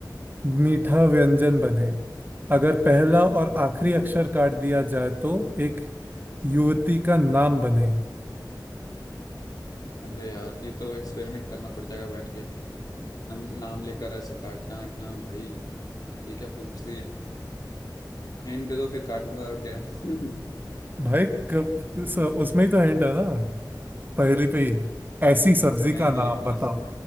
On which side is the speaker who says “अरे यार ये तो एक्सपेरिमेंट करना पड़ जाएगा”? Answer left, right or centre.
Left